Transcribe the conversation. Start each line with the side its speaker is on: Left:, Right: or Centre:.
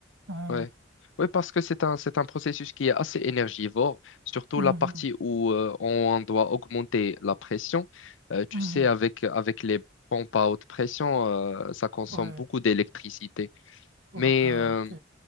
Right: en-
Left: ouais. Oui, parce que c'est un, c'est un processus qui est assez énergivore, surtout
Right: Mhm,
Left: la partie où euh, on doit augmenter la pression. Euh, tu
Right: mhm.
Left: sais, avec, avec les pompes à haute pression, euh, ça consomme
Right: Ouais,
Left: beaucoup d'électricité.
Right: ouais.
Left: Mais
Right: Ah,
Left: euh,
Right: ok.